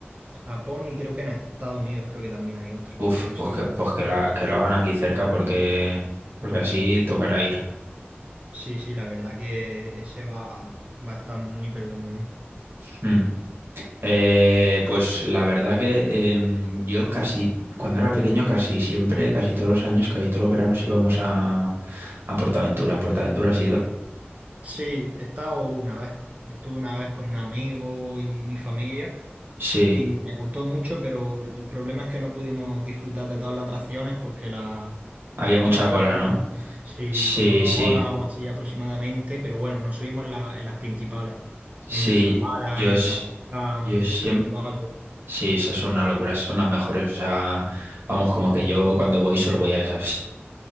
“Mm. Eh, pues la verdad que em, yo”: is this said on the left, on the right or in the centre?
Right